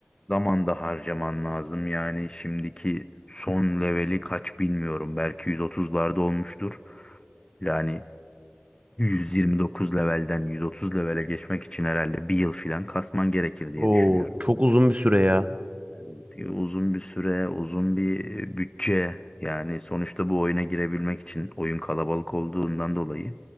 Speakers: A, on the left; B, on the right.
A: zaman da harcaman lazım. Yani şimdiki son leveli kaç bilmiyorum. Belki 130'larda olmuştur. Yani 129 levelden 130 levele geçmek için herhalde bir yıl falan kasman gerekir diye
B: Oo,
A: düşünüyorum.
B: çok uzun bir süre ya.
A: evet uzun bir süre, uzun bir e, bütçe. Yani sonuçta bu oyuna girebilmek için oyun kalabalık olduğundan dolayı